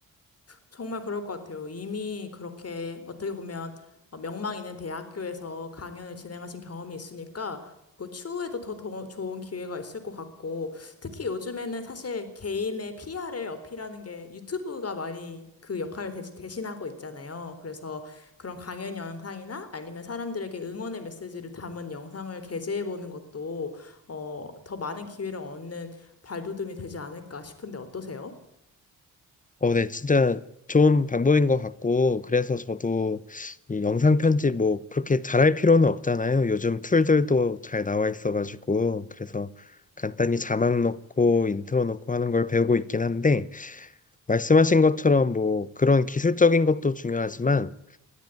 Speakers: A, on the left; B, on the left.
A: 정말 그럴 것 같아요. 이미 그렇게 어떻게 보면 어, 명망 있는 대학교에서 강연을 진행하신 경험이 있으니까 그 추후에도 더, 도- 좋은 기회가 있을 것 같고 특히 요즘에는 사실 개인의 PR을 어필하는 게 유튜브가 많이 그 역할을 대, 대신하고 있잖아요. 그래서 그런 강연 영상이나 아니면 사람들에게 응원의 메시지를 담은 영상을 게재해 보는 것도 어, 더 많은 기회를 얻는 발돋움이 되지 않을까 싶은데 어떠세요?
B: 어, 네, 진짜 좋은 방법인 것 같고, 그래서 저도 이 영상 편집 뭐 그렇게 잘할 필요는 없잖아요. 요즘 툴들도 잘 나와 있어가지고, 그래서 간단히 자막 넣고 인트로 넣고 하는 걸 배우고 있긴 한데, 말씀하신 것처럼 뭐 그런 기술적인 것도 중요하지만,